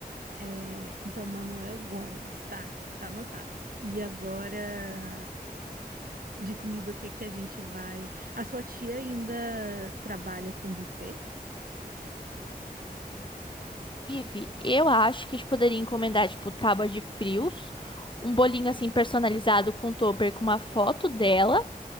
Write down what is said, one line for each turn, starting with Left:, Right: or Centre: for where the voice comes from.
Right: É, então, Manuel Gomes, tá, tá anotado. E agora, de comida, o que que a gente vai? A sua tia ainda trabalha com buffet?
Left: Ive, eu acho que a gente poderia encomendar, tipo, tábua de frios, um bolinho assim personalizado com topper com uma foto dela